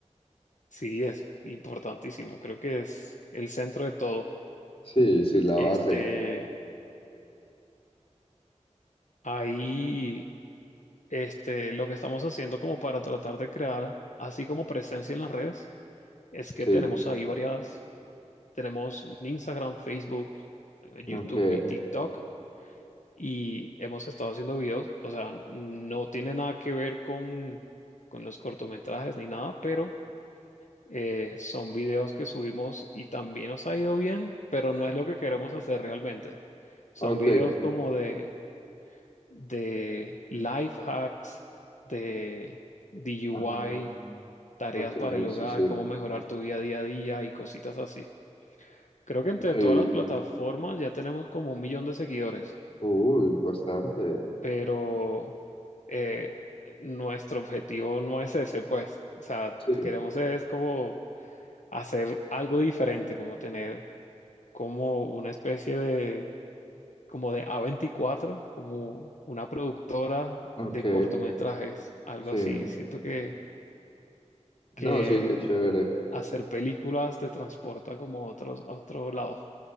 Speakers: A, on the left; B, on the left.
A: sí, es importantísimo. Creo que es el centro de todo.
B: Sí, sí, la
A: Este,
B: base,
A: ahí, este, lo que estamos haciendo como para tratar de crear, así como presencia en las redes, es que
B: sí,
A: tenemos ahí varias, tenemos un Instagram, Facebook, eh, YouTube
B: ok,
A: y TikTok. y hemos estado haciendo videos, o sea, no tiene nada que ver con, con los cortometrajes ni nada, pero eh, son videos que subimos y también nos ha ido bien, pero no es lo que queremos hacer realmente. Son
B: ok,
A: videos como de, de life hacks, de DIY,
B: ah,
A: tareas
B: ok,
A: para el hogar,
B: sí, sí,
A: cómo mejorar tu vida día a día y cositas así. Creo que entre
B: y-
A: todas las plataformas ya tenemos como un millón de seguidores.
B: uy, bastante,
A: pero eh, nuestro objetivo no es ese, pues, o sea,
B: sí,
A: queremos es como hacer algo diferente, como tener como una especie de, como de a veinticuatro, como una productora
B: ok,
A: de cortometrajes, algo
B: sí,
A: así. Siento que,
B: no,
A: que
B: sí, qué chévere,
A: hacer películas te transporta como a otro, a otro lado.